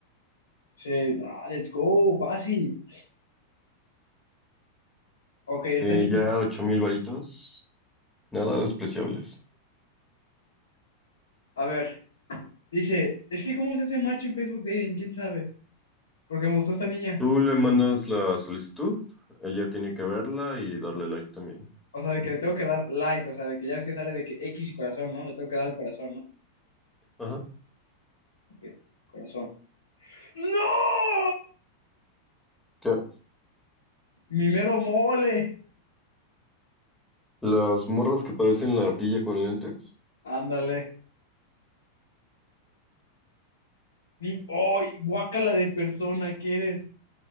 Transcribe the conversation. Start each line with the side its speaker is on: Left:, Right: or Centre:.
Left: Sí, no, let's go, fácil. Ok, esta
Centre: Sí,
Left: niña.
Centre: ya 8000 varitos, nada despreciables.
Left: A ver, dice, es que ¿cómo se hace match en Facebook Dating? ¿Quién sabe? Porque me gustó esta niña.
Centre: Tú le mandas la solicitud, ella tiene que verla y darle like también.
Left: O sea, de que le tengo que dar like, o sea, de que ya ves que sale de que X y corazón, ¿no? Le tengo que dar el corazón, ¿no?
Centre: Ajá.
Left: Ok, corazón. ¡No!
Centre: ¿Qué?
Left: Mi mero mole.
Centre: Las morras que parecen la ardilla con lentes,
Left: Ándale. Mi, ¡ay! guácala de persona, ¿quieres?